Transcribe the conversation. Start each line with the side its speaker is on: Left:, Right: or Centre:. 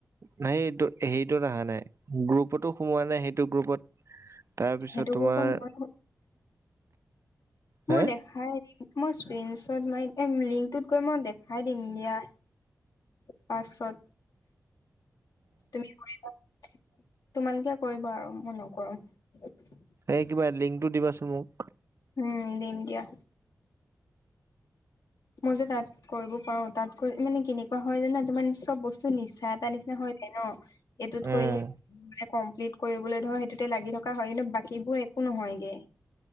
Right: নাই এইটো হেইটোত অহা নাই, গ্ৰুপতো সোমোৱা নাই, সেইটো গ্ৰুপত তাৰপিছত
Left: সেইটো
Right: তোমাৰ
Left: গ্ৰুপত মই মই
Right: হে
Left: দেখা খাই দিম মই স্ক্ৰীনশ্বট মাৰি লিংকটোত গৈ মই দেখাই দিম দিয়া। পাছত তুমি কৰিবা তোমালোকে কৰিবা আৰু মই নকৰো
Right: এই কিবা লিংকটো দিবাচোন মোক
Left: উম দিম দিয়া মই যে তাত কৰিব পাৰো তাতকৈ মানে কেনেকুৱা হয় জানা ন তোমাৰ চব বস্তু নিচা এটা নিচিনা হৈ যায় ন এইটোত
Right: উম
Left: কৰিলে কমপ্লিট কৰিবলৈ ধৰ সেইটোতে লাগি থকা হয় কিন্তু বাকীবোৰ একো নহয়গে